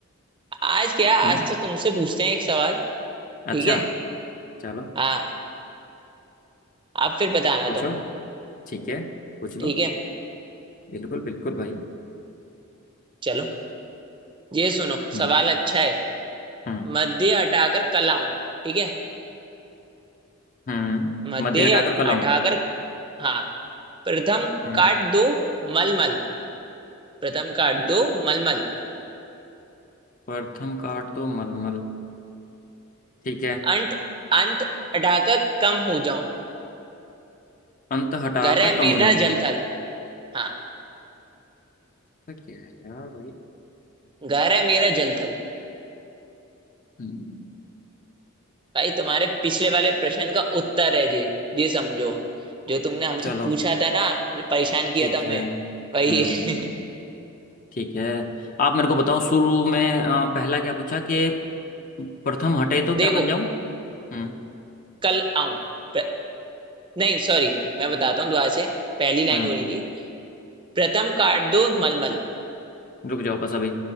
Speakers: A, on the right; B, on the left.
A: आज क्या आज
B: हम्म
A: तो तुमसे पूछते हैं एक सवाल
B: अच्छा
A: ठीक है
B: चलो
A: हाँ आप फिर बताना
B: पूछो
A: तुम
B: ठीक है पूछ
A: ठीक
B: लो
A: है
B: बिल्कुल बिल्कुल भाई
A: चलो ये सुनो
B: हम्म
A: सवाल अच्छा है
B: हम्म
A: मध्य हटाकर कल आऊं ठीक है
B: हम्म
A: मध्य
B: मध्य हटाकर कलाऊं
A: हटाकर हाँ प्रथम
B: हम्म
A: काट दो मलमल प्रथम काट दो मलमल
B: प्रथम काट तो मलमल ठीक है
A: अंत अंत अटाकर कम हो जाऊं
B: अंत हटाकर
A: घर है
B: कम
A: मेरा
B: हो जाऊं
A: जलथल हाँ
B: ऐसा क्या है यार भाई
A: घर है मेरा जलथल
B: हम्म,
A: भाई तुम्हारे पिछले वाले प्रश्न का उत्तर है ये ये समझो जो तुमने हमसे
B: चलो
A: पूछा था ना जो परेशान किया
B: ठीक
A: था
B: है
A: मैं
B: हम्म
A: वही है।
B: ठीक है आप मेरे को बताओ शुरू में अ, पहला क्या पूछा कि प्रथम हटे
A: <laughs>
B: तो क्या
A: देखो
B: बन जाऊं हम्म
A: कल आऊं प्र- नहीं सॉरी मैं बताता हूँ दोबारा से पहली लाइन
B: हम्म
A: हो रही थी प्रथम काट दो मलमल
B: रुक जाओ बस अभी